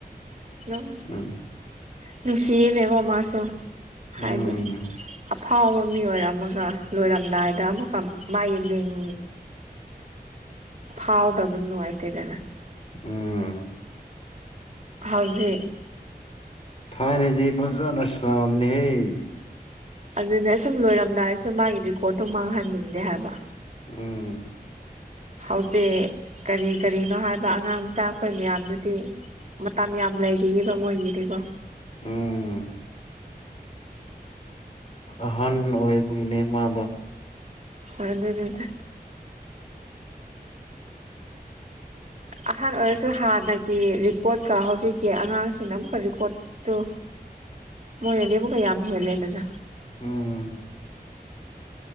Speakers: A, on the right; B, on the left.
A: ꯑꯗꯨꯝ
B: ꯎꯝ
A: ꯅꯨꯡꯁꯤꯌꯦꯅꯦꯀꯣ ꯃꯥꯁꯨ ꯍꯥꯏꯗꯤ
B: ꯎꯝ
A: ꯐꯥꯎꯕ ꯃꯤ ꯑꯣꯏꯔꯝ ꯃꯒ ꯂꯣꯏꯔꯝꯗꯥꯏꯗ ꯑꯃꯨꯛꯀ ꯃꯥꯒꯤ ꯃꯤꯡ ꯐꯥꯎꯗꯕꯗ ꯅꯨꯡꯉꯥꯏꯇꯦꯗ
B: ꯎꯝ
A: ꯍꯧꯖꯤꯛ
B: ꯊꯥꯏꯅꯗꯤ ꯐꯖꯅꯁꯟꯅꯦꯍꯦ
A: ꯑꯗꯨꯅꯦ ꯁꯨꯝ ꯂꯣꯏꯔꯝꯗꯥꯏꯁꯨ ꯃꯥꯒꯤ ꯔꯦꯀꯣꯔꯗꯇꯨ ꯃꯥꯡꯍꯟꯅꯤꯡꯗꯦ ꯍꯥꯏꯕ
B: ꯎꯝ
A: ꯍꯧꯖꯤꯛ ꯀꯔꯤ ꯀꯔꯤꯅꯣ ꯍꯥꯏꯕ ꯑꯉꯥꯡ ꯃꯆꯥ ꯈꯣꯏ ꯃꯌꯥꯝꯗꯨꯗꯤ ꯃꯇꯝ ꯌꯥꯝ ꯂꯩꯔꯤꯑꯦꯕ ꯃꯣꯏꯒꯤꯗꯤꯀꯣ
B: ꯎꯝ ꯑꯍꯟ ꯑꯣꯏꯕꯒꯤꯅꯦ ꯃꯥꯗꯣ
A: ꯑꯗꯨꯅꯤꯗ ꯑꯍꯥꯟ ꯑꯣꯏꯔꯁꯨ ꯍꯥꯟꯅꯒꯤ ꯔꯤꯀꯣꯔꯠꯀ ꯍꯧꯖꯤꯛꯀꯤ ꯑꯉꯥꯡꯁꯤꯡꯅ ꯑꯃꯨꯛꯀ ꯔꯤꯀꯣꯔꯠ ꯇꯨ ꯃꯣꯏꯅꯗꯤ ꯑꯃꯨꯛꯀ ꯌꯥꯝ ꯍꯦꯜꯂꯦꯗꯅ
B: ꯎꯝ